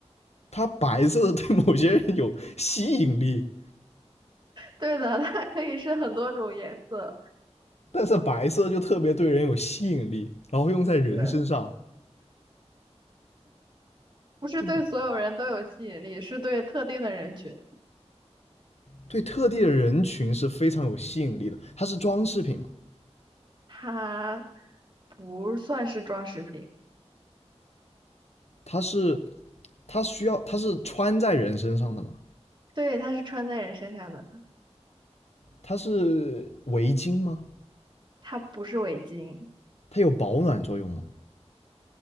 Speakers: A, on the left (about 70°); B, on the right (about 40°).
A: 它白色的对某些人有吸引力，
B: 对的，它可以是很多种颜色。
A: 但是白色就特别对人有吸引力，然后用在人身上，
B: 是不是对所有人都有吸引力？
A: 就
B: 是对特定的人群，
A: 对特定的人群是非常有吸引力的。它是装饰品嘛，
B: 它不算是装饰品，
A: 它是它需要它是穿在人身上的嘛，
B: 对，它是穿在人身上的，
A: 它是围巾吗？
B: 它不是围巾。
A: 它有保暖作用吗？